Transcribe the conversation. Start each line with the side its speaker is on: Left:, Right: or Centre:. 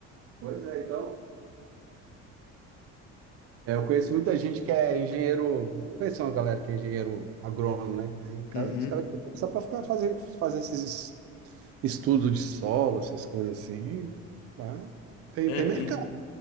Right: Pois é, então. É, eu conheço muita gente que é engenheiro. Não conheço uma galera que é engenheiro agrônomo, né? Que Aí, cara,
Left: Uhum.
Right: os caras só para ficar fazer, fazer esses estudo de solo, essas coisas assim, tá? Tem,
Left: É,
Right: tem
Left: prin-
Right: mercado.